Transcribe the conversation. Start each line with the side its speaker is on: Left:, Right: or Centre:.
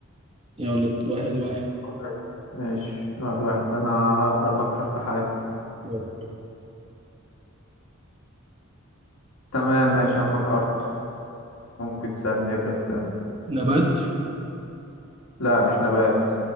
Right: يلا واحد واحد
Left: كويس ماشي واحد واحد انا هبدأ افكر في حاجة
Right: يلا.
Left: تمام ماشي انا فكرت ممكن تسألني يبدأ تسألني
Right: نبات
Left: لا مش نبات